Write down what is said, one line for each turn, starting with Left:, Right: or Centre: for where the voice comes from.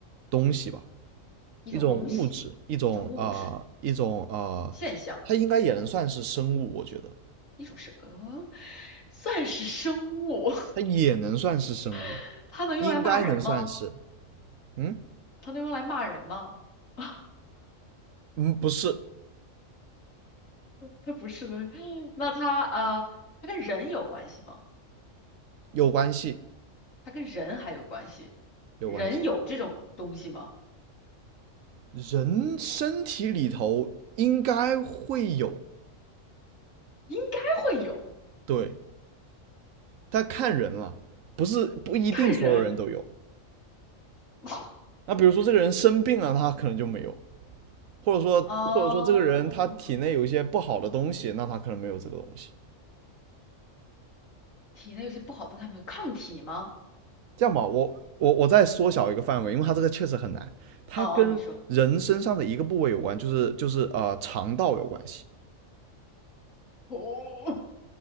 Right: 东西吧，
Left: 一种东西，
Right: 一种物质，一种啊、
Left: 一种物质
Right: 呃一种啊、呃它应该也能算是生物，
Left: 现象，
Right: 我觉得
Left: 一种生，呃，算是生物。
Right: 它也能算是生物，
Left: <laughs> 它能用来骂人吗？
Right: 应该能算是，嗯
Left: 它能用来骂人吗？<laughs> 啊，
Right: 嗯，不是，
Left: 它不是的。<laughs> 那它啊，它跟人有关系吗？
Right: 有关系，
Left: 它跟人还有关系？
Right: 有关系，
Left: 人有这种东西吗？
Right: 人身体里头应该会有，
Left: 应该会有，
Right: 对，但看人了，不是不一定所有人都有。
Left: 看人。<laughs>
Right: 那比如说这个人生病了，他可能就没有，或者说或者说这个人他体内有一些不好的东西，
Left: 哦，
Right: 那他可能没有这个东西。
Left: 体内有些不好的，它们有抗体吗？
Right: 这样吧，我我我再缩小一个范围，因为它这个确实很难，它跟人身上的一个部位有关，
Left: 哦哦，你说
Right: 就是就是呃肠道有关系。
Left: 哦，